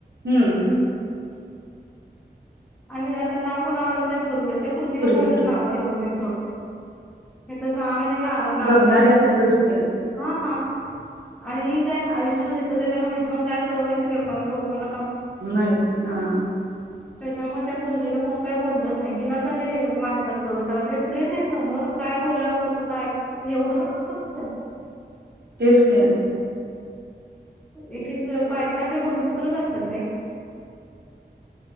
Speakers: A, on the right; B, in the centre.
A: हूं
B: <inaudible> आणि आता नाव कोण <unintelligible> त्या पुरगीला
A: पोरगीवर
B: कोणच नाव ठेवलं नाय सोड हेच्या सहा महिने ला नांद
A: बघणारे
B: लेली ती
A: असतातच
B: पुरगी
A: की
B: हा आणि ही काय आयुष्यभर हिथंच आहे हिचं पण काय स्वभाव हाय ते लोकांना
A: माहितये हा
B: त्याच्यामुळं त्या पुरगीला कोण काय बोललच नाय हिलाचं आणि माणसात गब बसाम्हणतात प्रेत हाय समोर काय? काय बोलाव कस काय एवढी पण अक्कल नसलं.
A: तेच की
B: एक एक बायका <unintelligible> विचित्रच असत्यात बाई